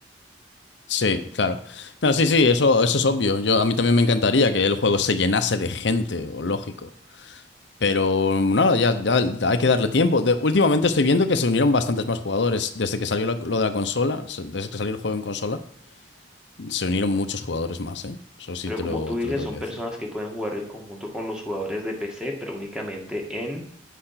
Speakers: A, on the left (about 70°); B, in the centre.
A: Sí, claro. No, sí, sí, eso, eso es obvio. Yo, a mí también me encantaría que el juego se llenase de gente, o lógico. Pero nada, ya, ya hay que darle tiempo. De- últimamente estoy viendo que se unieron bastantes más jugadores. Desde que salió la- lo de la consola, se- desde que salió el juego en consola, se unieron muchos jugadores más, ¿eh? Eso sí
B: Pero
A: te
B: como
A: lo,
B: tú dices,
A: te lo tengo
B: son
A: que
B: personas
A: decir.
B: que pueden jugar en conjunto con los jugadores de PC, pero únicamente en,